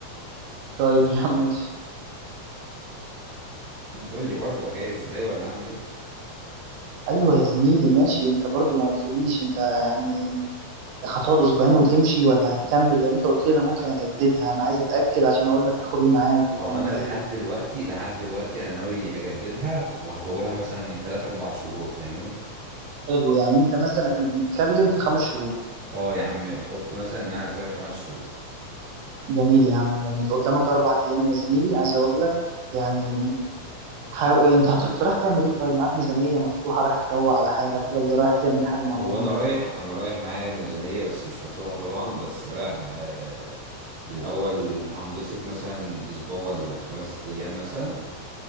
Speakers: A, on the right (about 75°); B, on the right (about 50°).
A: طيب يا عم ماشي
B: م، قول لي برضه جايز ازاي ولا اعمل ايه
A: ايوه يا زميلي ماشي انت برضو ما قلتليش انت يعني هتقعد اسبوعين وتمشي ولا هتكمل لان انت قلت لي انا ممكن اجددها انا عايز اتاكد عشان اقول لك تاخد ايه معاك وتعمل
B: ما هو انا لحد
A: ايه
B: دلوقتي لحد دلوقتي انا ناوي اجددها وهطولها مثلا 3 4 شهور فاهمني
A: حلو يعني انت مثلا احنا بنتكلم في خمس شهور
B: اه يا عم حط مثلا ان انا هسافر خمس شهور
A: جميل يا عم جميل قدامك اربع ايام يا زميلي عايز اقول لك يعني حاول ايه انت هت- أنت رايح تعمل ايه طيب معاك ميزانيه مفتوحه رايح تروق على حالك ولا رايح تعمل حاجه معينه
B: هو انا رايح انا رايح معايا ميزانية بس مش مفتوحة طبعا بس رايح آه الاول هنبسط مثلا اسبوع ولا خمس ايام مثلا